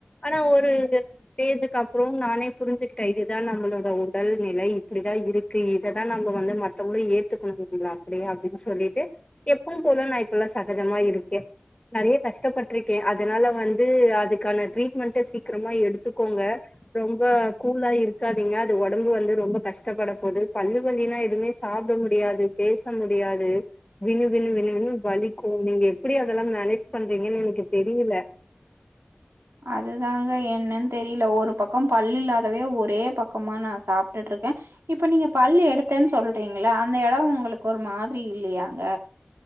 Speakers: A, on the left; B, on the right.
A: ஆனா ஒரு எ ஸ்டேஜுக்கப்றோ நானே புரிஞ்சிக்ட்டே இதுதா நம்மளோட உடல் நிலை இப்டிதா இருக் க்கு இதுதா நம்ம வந்து மத்தவ்ளு ஏத்துக்கணுங்கள அப்படியே அப்டின்னு சொ சொல்லிட்டே எப்பவும் போல நா இப்பல்லா சகஜமா இருக்கே நறையா கஷ்டப்பட்ருக்கே அதனால வந்து அதுக்கான ட்ரீட்மெண்ட்ட சீக்கிரமா எடுத்துக்கோங்க ரொம்ப கூலா இருக்காதீங்க அது ஒடம்பு வந்து ரொம்ப கஷ்டப்பட போது பல்லு வலினா எதுமேஸ் சாப்ட முடியாது பேச முடியாதே வின்னு வின்னு வின்னு வின்னு வலிக்கு நீங்க எப்படி அதெல்லா மேனேஜ் பண்றீங்கன் எனக்கு தெரியில
B: அதுதாங்க என்னன் தெரில ஒரு பக்கம் பல்லு இல்லாதவே ஒரே பக்கமா நா சாப்பிட்டுட்ருக்கே இப்ப நீங்க பல்லு எடுத்தன் சொல்றீங்களா அந்த எடம் உங்களுக் ஒரு மாதிரி இல்லையாங்க